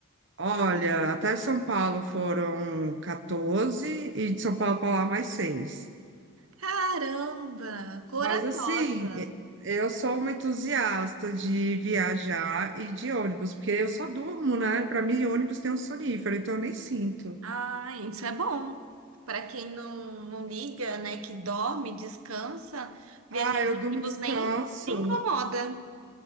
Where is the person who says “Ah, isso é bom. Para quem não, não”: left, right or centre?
Right